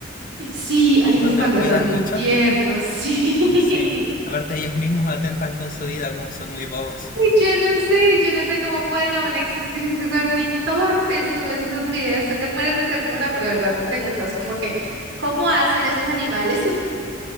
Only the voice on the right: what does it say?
Sí, ay,
los pandas
son muy
tiernos, sí. <laughs>
Yo no sé, yo no sé cómo pueden aún existir, es que son muy torpes, tú ves esos videos, tú te mueres de ternura, pero de verdad te preguntas como que, ¿cómo hacen esos animales? <laughs>